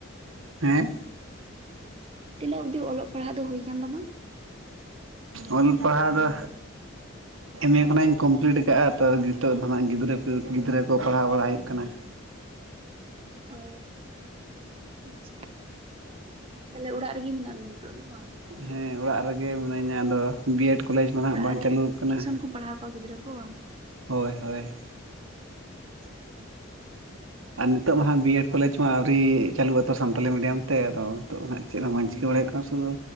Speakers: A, on the right (about 75°); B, on the right (about 30°).
A: ᱦᱮᱸᱜ
B: ᱛᱤᱱᱟᱹᱜ ᱚᱵᱫᱤ ᱚᱞᱚᱜ ᱯᱟᱲᱦᱟᱣ ᱫᱚ ᱦᱩᱭ ᱠᱟᱱ ᱛᱟᱢᱟ?
A: ᱚᱞ ᱯᱟᱲᱦᱟᱣ ᱫᱚ ᱮᱢ ᱮ ᱠᱷᱚᱱᱟᱜ ᱤᱧ ᱠᱚᱢᱯᱞᱤᱴ ᱠᱟᱜᱼᱟ ᱛᱚ ᱱᱤᱛᱚᱜ ᱫᱚ ᱦᱟᱸᱜ ᱜᱤᱫᱽᱨᱟᱹ ᱜᱤᱫᱽᱨᱟᱹ ᱠᱚ ᱜᱤᱫᱽᱨᱟᱹ ᱠᱚ ᱯᱟᱲᱦᱟᱣ ᱵᱟᱲᱟ ᱦᱩᱭᱩᱜ ᱠᱟᱱᱟ ᱾
B: ᱚ ᱟᱪᱪᱷᱟ ᱛᱟᱦᱚᱞᱮ ᱚᱲᱟᱜ ᱨᱮᱜᱮ ᱢᱮᱱᱟᱜ ᱢᱮᱭᱟ ᱱᱤᱛᱚᱜ ᱫᱚ ᱵᱟᱝ
A: ᱦᱮᱸ ᱚᱲᱟᱜ ᱨᱮᱜᱮ ᱢᱤᱱᱟᱹᱧᱟ ᱟᱫᱚ ᱵᱤ ᱮᱰ ᱠᱚᱞᱮᱡᱽ ᱢᱟ ᱦᱟᱸᱜ
B: ᱚᱲᱟᱜ
A: ᱵᱟᱝ
B: ᱨᱮ
A: ᱪᱟᱹᱞᱩ ᱠᱟᱱᱟ
B: ᱴᱤᱭᱩᱥᱚᱱ
A: ᱾
B: ᱯᱟᱲᱦᱟᱣ ᱠᱚᱣᱟ ᱜᱤᱫᱽᱨᱟᱹ ᱠᱚ ᱵᱟᱝ ᱾
A: ᱦᱳᱭ ᱦᱳᱭ
B: ᱟᱪᱪᱷᱟ
A: ᱟᱨ ᱱᱤᱛᱚᱜ ᱢᱟ ᱦᱟᱜ ᱵᱤᱭᱮᱰ ᱠᱚᱞᱮᱡᱽ ᱦᱚᱸ ᱟᱹᱣᱨᱤ ᱪᱟᱹᱞᱩᱜ ᱟᱛᱚ ᱥᱟᱱᱛᱟᱞᱤ ᱢᱤᱰᱤᱭᱟᱢ ᱛᱮ ᱟᱫᱚ ᱱᱤᱛᱚᱜ ᱫᱚ ᱱᱟᱸᱜ ᱪᱮᱫ ᱦᱚᱸ ᱵᱟᱧ
B: ᱦᱮᱸ
A: ᱪᱤᱠᱟᱹ ᱵᱟᱲᱟ ᱦᱩᱭᱩᱜ ᱠᱟᱱᱟ ᱥᱩᱫᱷᱩ